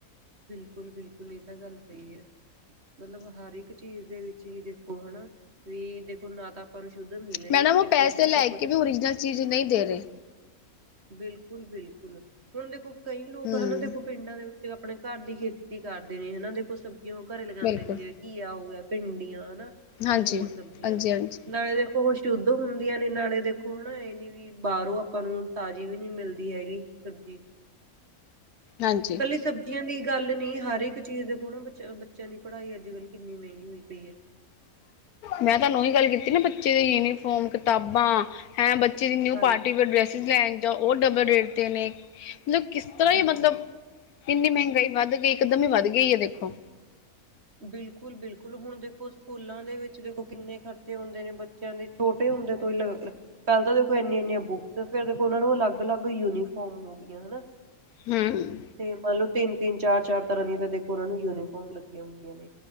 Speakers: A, on the right; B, on the left.
A: ਬਿਲਕੁਲ ਬਿਲਕੁਲ ਇਹ ਤਾਂ ਗੱਲ ਸਹੀ ਐ। ਮਤਲਬ ਹਰ ਇੱਕ ਚੀਜ਼ ਦੇ ਵਿੱਚ ਹੀ ਦੇਖੋ ਹਨਾ, ਵੀ ਦੇਖੋ ਨਾ ਤਾਂ ਨੂੰ ਸ਼ੁੱਧ ਮਿਲੇ
B: ਮੈਡਮ
A: ਜਾਂ
B: ਉਹ ਪੈਸੇ
A: ਫਿਰ
B: ਲੈ
A: ਦੇਖੋ
B: ਕੇ ਵੀ ਓਰੀਜਨਲ ਚੀਜ਼ ਨਈਂ ਦੇ ਰਹੇ।
A: ਬਿਲਕੁਲ ਬਿਲਕੁਲ, ਹੁਣ ਦੇਖੋ ਕਈ ਲੋਕ
B: ਹਮ
A: ਹਨਾ ਦੇਖੋ ਪਿੰਡਾਂ ਦੇ ਵਿੱਚ ਆਪਣੇ ਘਰ ਦੀ ਖੇਤੀ ਕਰਦੇ ਨੇ ਹਨਾ, ਦੇਖੋ ਸਬਜ਼ੀਆਂ ਘਰੇ ਲਗਾਉਂਦੇ
B: ਬਿਲਕੁਲ
A: ਨੇ ਜਿਵੇਂ ਘੀਆ ਹੋ ਗਿਆ ਭਿੰਡੀਆਂ ਹਨਾ
B: ਹਾਂਜੀ,
A: ਤੇ ਹੋਰ ਸਬਜ਼ੀਆਂ
B: ਹਾਂਜੀ, ਹਾਂਜੀ,
A: ਨਾਲੇ ਦੇ ਉਹ ਸ਼ੁੱਧ ਹੁੰਦੀਆਂ ਨੇ ਨਾਲੇ ਦੇਖੋ ਹਨਾ ਏ ਨੀ ਵੀ ਬਾਅਰੋਂ ਆਪਾਂ ਨੂੰ ਤਾਜ਼ੀ ਵੀ ਨੀ ਮਿਲਦੀ ਹੈਗੀ ਸਬਜ਼ੀ।
B: ਹਾਂਜੀ
A: ਇਕੱਲੀ ਸਬਜ਼ੀਆਂ ਦੀ ਗੱਲ ਨੀ ਹਰ ਇੱਕ ਚੀਜ਼ ਦੇਖੋ ਨਾ ਬਚ ਬੱਚਿਆਂ ਦੀ ਪੜ੍ਹਾਈ ਅੱਜ ਕੱਲ ਕਿੰਨੀ ਮਹਿੰਗੀ ਹੋਈ ਪਈ ਐ
B: ਮੈਂ ਤਾਨੂੰ ਓਹੀ ਗੱਲ ਕੀਤੀ ਨਾ ਬੱਚੇ ਦੀ ਯੂਨੀਫੋਮ ਕਿਤਾਬਾਂ ਹੈਂ ਬੱਚੇ ਦੀ ਨਿਊ
A: ਹਾਂਜੀ
B: ਪਾਰਟੀ ਵੇਅਰ ਡਰੈਸਿਸ ਲੈਣ ਜਾਓ ਓ ਡਬਲ ਰੇਟ ਤੇ ਨੇ ਮਤਲਬ ਕਿਸ ਤਰ੍ਹਾਂ
A: ਬਿਲਕੁਲ
B: ਈ ਮਤਲਬ ਇੰਨੀ ਮਹਿੰਗਾਈ ਵੱਧ ਗਈ ਇਕਦਮ ਹੀ ਵੱਧ ਗਈ ਹੈ ਦੇਖੋ
A: ਬਿਲਕੁਲ ਬਿਲਕੁਲ ਹੁਣ ਦੇਖੋ ਸਕੂਲਾਂ ਦੇ ਵਿੱਚ ਦੇਖੋ ਕਿੰਨੇ ਖਰਚੇ ਹੁੰਦੇ ਨੇ ਬੱਚਿਆਂ ਦੇ ਛੋਟੇ ਹੁੰਦੇ ਤੋਂ ਹੀ ਪੈਲ ਤਾਂ ਦੇਖੋ ਏਨੀਆਂ ਏਨੀਆਂ ਬੁੱਕਸ ਨੇ ਫਿਰ ਦੇਖੋ ਓਨਾਂ ਨੂੰ ਅਲੱਗ, ਅਲੱਗ ਯੂਨੀਫੋਮ ਹੋ ਗਈਆਂ ਹਨਾ।
B: ਹੁੰ, ਹੁੰ
A: ਤੇ ਮਨਲੋ ਤਿੰਨ ਤਿੰਨ, ਚਾਰ ਚਾਰ ਤਰ੍ਹਾਂ ਦੀਆਂ ਤਾਂ ਦੇਖੋ ਓਨਾਂ ਨੂੰ ਯੂਨੀਫਾਰਮ ਲੱਗੀਆਂ ਹੁੰਦੀਆਂ ਨੇ।